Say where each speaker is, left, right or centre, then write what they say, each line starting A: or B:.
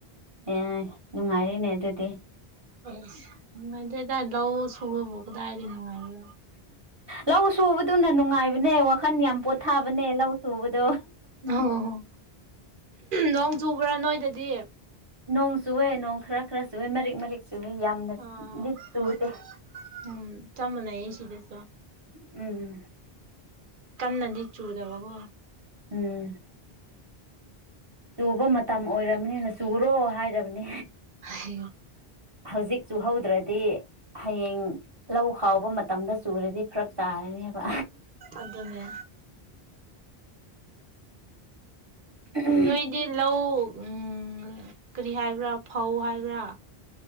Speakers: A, on the right; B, on the right.
A: ꯑꯦ ꯅꯨꯡꯉꯥꯏꯔꯦꯅꯦ ꯑꯗꯨꯗꯤ
B: ꯑꯦꯁ ꯅꯨꯡꯉꯥꯏꯇ꯭ꯔꯦꯗ ꯂꯧ ꯁꯨꯕꯕꯨ ꯀꯗꯥꯏꯗꯗꯤ ꯅꯨꯡꯉꯥꯏꯕꯅꯣ
A: ꯂꯧ ꯁꯨꯕꯗꯨꯅ ꯅꯨꯡꯉꯥꯏꯕꯅꯦ ꯋꯥ ꯈꯟ ꯌꯥꯝ ꯄꯣꯊꯥꯕꯅꯦ ꯂꯧ ꯁꯨꯕꯗꯣ
B: ꯑꯣ ꯅꯣꯡ ꯆꯨꯕ꯭ꯔꯥ ꯅꯣꯏꯗꯗꯤ
A: ꯅꯣꯡ ꯆꯨꯎꯌꯦ ꯅꯣꯡ ꯈꯔ ꯈꯔ ꯆꯨꯏꯌꯦ ꯃꯔꯤꯛ ꯃꯔꯤꯛ ꯆꯨꯏ ꯌꯥꯝꯅ
B: ꯑꯥ
A: ꯗꯤ ꯆꯨꯗꯦ
B: ꯍꯣꯏ ꯎꯝ ꯆꯥꯝꯃ ꯂꯩꯌꯦ ꯁꯤꯗꯁꯨ
A: ꯎꯝ
B: ꯀꯟꯅꯗꯤ ꯆꯨꯗꯕꯒꯣ
A: ꯎꯝ ꯆꯨꯕ ꯃꯇꯝ ꯑꯣꯏꯔꯕꯅꯤꯅ ꯆꯨꯔꯣ ꯍꯥꯏꯔꯕꯅꯤ
B: ꯍꯥꯏ <inaudible>
A: ꯍꯧꯖꯤꯛ ꯆꯨ ꯍꯧꯗ꯭ꯔꯗꯤ ꯍꯌꯦꯡ ꯂꯧ ꯈꯥꯎꯕ ꯃꯇꯝꯗ ꯆꯨꯔꯗꯤ ꯐꯔꯛ ꯇꯥꯔꯅꯦꯕ
B: ꯑꯗꯨꯅꯦ
A: ꯎꯝ
B: ꯅꯣꯏꯗꯤ ꯂꯧ ꯎꯝ ꯀꯔꯤ ꯍꯥꯏꯕ꯭ꯔꯥ ꯐꯧ ꯍꯥꯏꯕ꯭ꯔꯥ